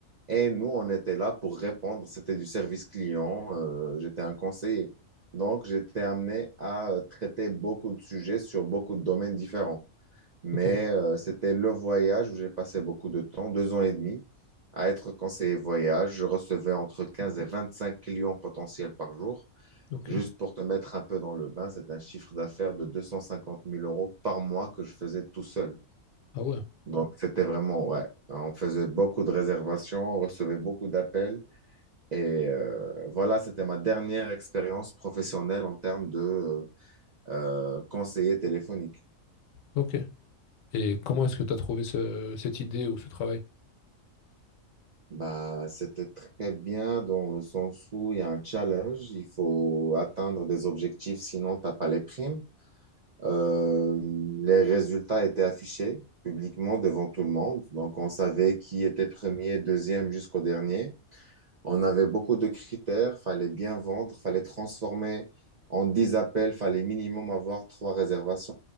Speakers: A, on the right; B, on the left.
A: Et nous, on était là pour répondre. C'était du service client. euh, j'étais un conseiller. Donc, j'étais amené à euh, traiter beaucoup de sujets sur beaucoup de domaines différents. Mais
B: Ok,
A: euh, c'était le voyage où j'ai passé beaucoup de temps, deux ans et demi, à être conseiller voyage. Je recevais entre 15 et 25 clients potentiels par jour.
B: ok.
A: Juste pour te mettre un peu dans le bain, c'est un chiffre d'affaires de deux cent cinquante mille euros par mois que je faisais tout seul.
B: Ah ouais,
A: Donc c'était vraiment, ouais, on faisait beaucoup de réservations, on recevait beaucoup d'appels. Et euh, voilà, c'était ma dernière expérience professionnelle en termes de euh, conseiller téléphonique.
B: ok. Et comment est-ce que tu as trouvé ce- cette idée ou ce travail?
A: Bah, c'était très bien dans le sens où il y a un challenge, il faut atteindre des objectifs, sinon t'as pas les primes. Euh, les résultats étaient affichés publiquement devant tout le monde, donc on savait qui était premier, deuxième jusqu'au dernier. On avait beaucoup de critères, fallait bien vendre, fallait transformer en 10 appels, fallait minimum avoir trois réservations,